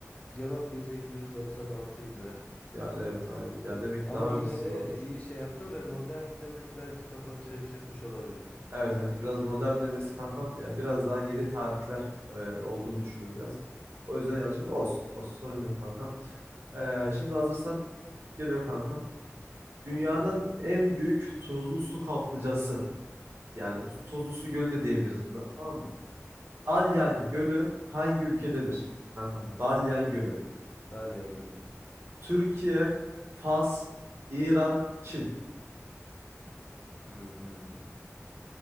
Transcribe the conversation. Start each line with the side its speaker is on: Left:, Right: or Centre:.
Left: Cevap 1896 idi.
Right: Yani evet aynen. Ya demek ki
Left: Ama
Right: daha
Left: yine
Right: öncesinde
Left: de
Right: olmuş.
Left: iyi şey yaptım ve modern demesi belki kafanı şaşırtmış olabilir.
Right: Evet evet biraz modern demesi kankam. Ya biraz daha yeni tarihler e, olduğunu düşündüm biraz. O yüzden yanlış ama olsun. Olsun sorun yok kankam. Ee, şimdi hazırsan geliyor kankam.
Left: Tamam.
Right: Dünyanın en büyük tuzlu su kaplıcası. Yani tuzlu su gölü de diyebiliriz buna. Tamam mı? Dalyan Gölü hangi ülkededir? Kankam Dalyan Gölü.
Left: Dalyan Gölü.
Right: Türkiye, Fas, İran, Çin.
Left: Hmm.